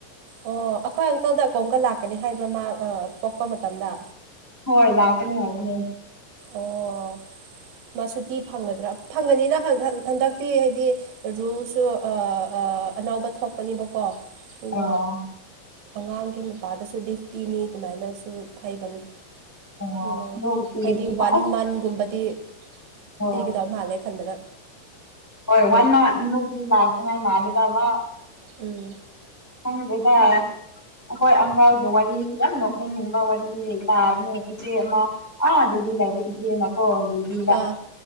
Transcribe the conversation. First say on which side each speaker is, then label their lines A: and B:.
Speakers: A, on the right (about 85°); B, in the centre.
A: ꯑꯣ ꯑꯩꯈꯣꯏ ꯑꯪꯀꯜꯗ ꯀꯣꯝꯀꯟ ꯂꯥꯛꯀꯅꯤ ꯍꯥꯏꯕ꯭ꯔꯥ ꯃꯥ ꯑ ꯄꯣꯛꯄ ꯃꯇꯝꯗ꯫
B: ꯍꯣꯏ ꯂꯥꯛꯀꯅꯤ ꯍꯥꯏꯕꯅꯦ꯫
A: ꯑꯣ꯫ ꯉꯁꯤꯗꯤ ꯐꯪꯒꯗ꯭ꯔꯥ ꯐꯪꯒꯅꯤꯅ ꯍꯟꯗꯛꯇꯤ ꯍꯥꯏꯗꯤ ꯔꯨꯜꯁꯨ ꯑ ꯑ ꯑꯅꯧꯕ ꯊꯣꯛꯄꯅꯦꯕꯀꯣ ꯑꯗꯨꯅ
B: ꯑꯣ
A: ꯑꯉꯥꯡꯒꯤ ꯃꯄꯥꯗꯁꯨ ꯂꯤꯐ ꯄꯤꯅꯤ ꯑꯗꯨꯃꯥꯏꯅꯁꯨ ꯍꯥꯏꯕꯅꯤ
B: ꯑꯣ
A: ꯀꯩꯅꯣ
B: ꯂꯣꯛ ꯄꯤ
A: ꯍꯥꯏꯗꯤ
B: ꯑꯁ
A: ꯋꯥꯟ ꯃꯟꯒꯨꯝꯕꯗꯤ
B: ꯍꯣꯏ
A: ꯄꯤꯒꯗꯧ ꯃꯥꯜꯂꯦ ꯈꯟꯕꯗ
B: ꯍꯣꯏ ꯋꯥꯟ ꯃꯟ <unintelligible>
A: ꯎꯝ
B: ꯈꯪꯗ꯭ꯔꯦꯗ ꯑꯩꯈꯣꯏ ꯑꯪꯀꯜꯒꯤ ꯋꯥꯔꯤꯁꯤ ꯌꯥꯝ ꯅꯣꯛꯅꯤꯡ ꯕ ꯋꯥꯔꯤ ꯇꯥꯕꯅꯦ ꯏꯆꯦ ꯑꯃ ꯑꯥ ꯗꯦꯜꯂꯤ ꯂꯩꯕ ꯏꯆꯦ ꯑꯃ ꯀꯣ ꯂꯤꯕꯥ
A: ꯑꯥ